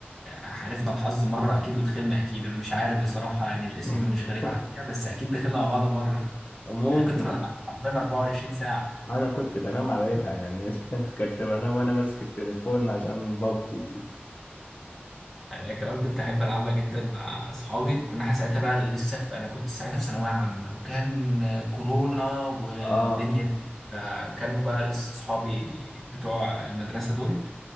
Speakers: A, in the centre; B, on the left.
A: آه، حالفنا الحظ مرة اكيد ودخلنا اكيد انا مش عارف بصراحة يعني الاسم
B: <laughs>
A: مش غريب عليا بس اكيد دخلنا مع بعض مرة <laughs>
B: ممكن
A: انا كنت بلعب حرفيا 24 ساعة
B: انا كنت بنام عليها يعني <laughs> كنت بنام وانا ماسك التليفون عشان بابجي دي
A: يعني انا كمان كنت احب العبها جدا مع اصحابي كنا احنا ساعتها بقى لسه في انا كنت ساعتها في ثانويه عامه وكان كورونا والدنيا
B: اه
A: دي فكانوا بقى لسه اصحابي بتوع المدرسه دول